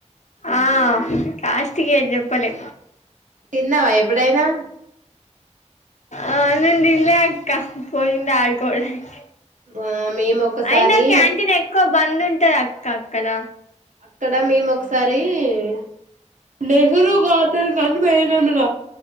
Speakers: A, on the left; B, on the right.
A: ఆ కాస్ట్ గే జెప్పలే
B: తిన్నావా ఎప్పుడైనా
A: ఆ నేన్ దిన్లే అక్కా పోయింది ఆడుకోడానికి
B: ఆ మేము ఒక్కసారి
A: అయినా క్యాంటీన్ ఎక్కువ బంద్ ఉం ఉంటది అక్క అక్కడా
B: అక్కడ మే మొక్ సారి సారి నెహ్రూ గార్ డే సన్ పోయినప్పుడ